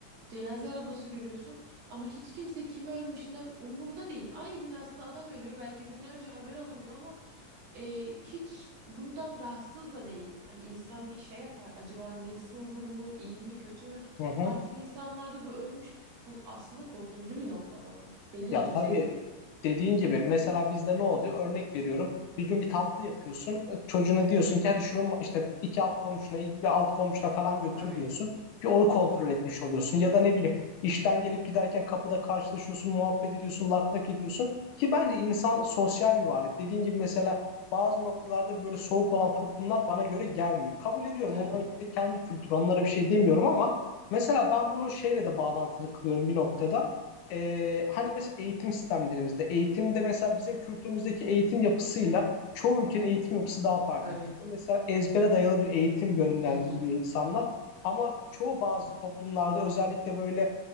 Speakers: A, on the right (about 60°); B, on the left (about 75°).
A: Cenaze arabası görüyorsun ama hiç kimse kim ölmüş ne umurumda değil. Aynı binasında adam ölüyor belki günlerce haber alamıyor ama e, hiç bundan rahatsız da değil. Hani insan bir şey yapar acaba nasıl durumu iyi mi kötü mü
B: Hı hı.
A: artık insanlarda bu ölmüş bu aslında korkutucu bir noktada da belli
B: Ya
A: bir düzeyde
B: tabii
A: de
B: dediğin gibi mesela bizde ne oluyor? Örnek veriyorum. Bir gün bir tatlı yapıyorsun. E, Çocuğuna diyorsun ki hadi şunu mu- işte iki alt komşuna bir alt komşuna falan götür
A: tabii.
B: diyorsun. Bir onu
A: Hı
B: kontrol
A: hı,
B: etmiş oluyorsun. Ya da ne bileyim işten gelip giderken kapıda karşılaşıyorsun, muhabbet ediyorsun, lak
A: hı
B: lak
A: hı.
B: ediyorsun. Ki bence insan sosyal bir varlık. Dediğin gibi mesela bazı noktalarda böyle soğuk olan toplumlar bana göre gelmiyor. Kabul ediyorum.
A: Tabii
B: Onların kendi kültürü. Onlara bir şey demiyorum ama mesela ben bunu şeyle de bağlantılı kılıyorum bir noktada. Ee, hani mesela eğitim sistemlerimizde, eğitimde mesela bizim kültürümüzdeki eğitim yapısıyla çoğu ülkenin eğitim yapısı daha farklı.
A: tabii.
B: Bizde mesela ezbere dayalı bir eğitim yönlendiriliyor
A: Hı hı.
B: insanlar. Ama çoğu bazı toplumlarda özellikle böyle